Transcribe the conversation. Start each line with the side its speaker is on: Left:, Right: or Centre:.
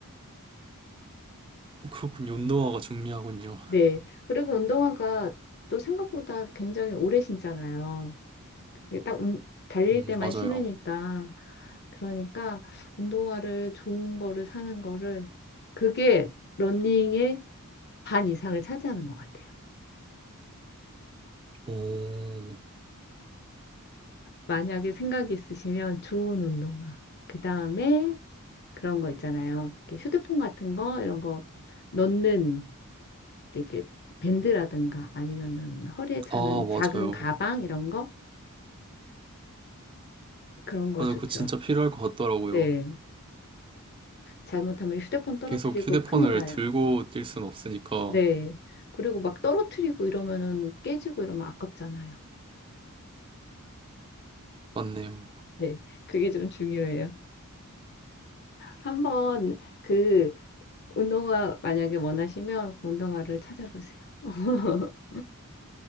Right: 그렇군요. 운동화가 중요하군요.
Left: 네. 그리고 운동화가 또 생각보다 굉장히 오래 신잖아요. 이게 딱 운- 달릴
Right: 음,
Left: 때만
Right: 맞아요.
Left: 신으니까. 그러니까 운동화를 좋은 거를 사는 거를 그게 러닝의 반 이상을 차지하는 것 같아요.
Right: 오,
Left: 만약에 생각이 있으시면 좋은 운동화. 그 다음에 그런 거 있잖아요. 이렇게 휴대폰 같은 거, 이런 거 넣는 이렇게 밴드라든가 아니면은 허리에 차는
Right: 아, 맞아요.
Left: 작은 가방 이런 거 그런 거
Right: 맞아요.
Left: 좋죠.
Right: 그거 진짜 필요할 것 같더라고요.
Left: 네. 잘못하면 휴대폰 떨어뜨리고
Right: 계속 휴대폰을
Left: 큰일 나요.
Right: 들고 뛸 순 없으니까.
Left: 네. 그리고 막 떨어뜨리고 이러면은 깨지고 이러면 아깝잖아요.
Right: 맞네요.
Left: 네. 그게 좀 중요해요. 한번 그 운동화 만약에 원하시면 그 운동화를 찾아보세요. <laughs>